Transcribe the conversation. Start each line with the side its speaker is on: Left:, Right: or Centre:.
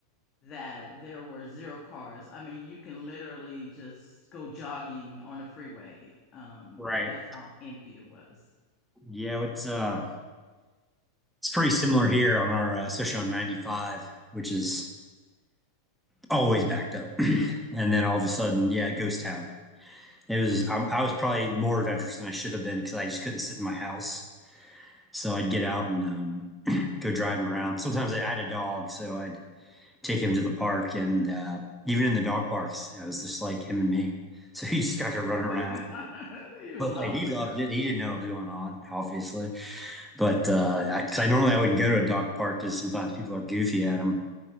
Left: that there were zero cars. I mean, you can literally just go jogging on a freeway. Um,
Centre: Right.
Left: that's how empty it was.
Centre: Yeah, it's uh, it's pretty similar here on our, uh, especially on 95, which is always backed up. <clears throat> And then all of a sudden, yeah, ghost town. It was I, I was probably more adventurous than I should have been because I just couldn't sit in my house. So I'd get out and um, <clears throat> go driving around. Sometimes I had a dog, so I'd take him to the park, and uh, even in the dog parks, it was just like him and me. So <laughs> he just got to run
Left: <laughs>
Centre: around.
Left: It
Centre: But
Left: was lonely,
Centre: like he loved it. He didn't know what was going on, obviously. But uh, because I, 'cause I normally I wouldn't go to a dog park because sometimes people are goofy at them.